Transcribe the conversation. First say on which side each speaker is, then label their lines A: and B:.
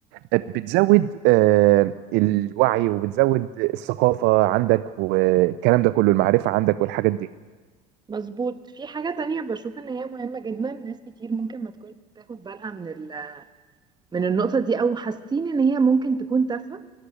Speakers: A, on the right; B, on the right.
A: بتزود آه، الوعي وبتزود الثقافة عندك والكلام ده كله المعرفة عندك والحاجات دي
B: مظبوط في حاجة تانية بشوف ان هي مهمة جدا ناس كتير ممكن ما تكونش بتاخد بالها من ال... من النقطة دي او حاسين ان هي ممكن تكون تافهة